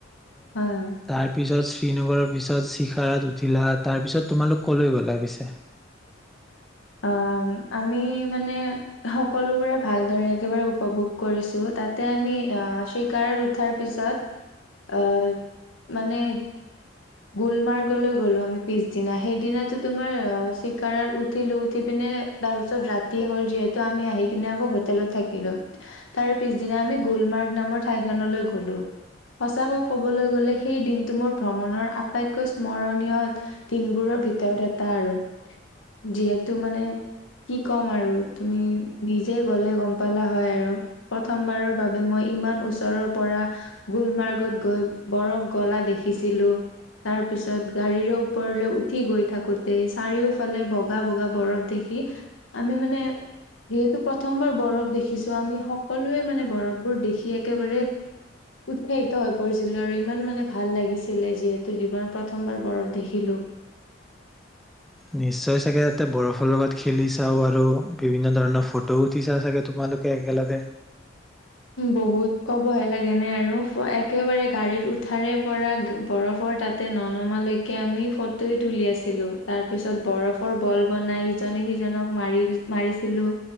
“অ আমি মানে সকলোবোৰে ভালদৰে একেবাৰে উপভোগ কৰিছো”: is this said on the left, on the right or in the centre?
Left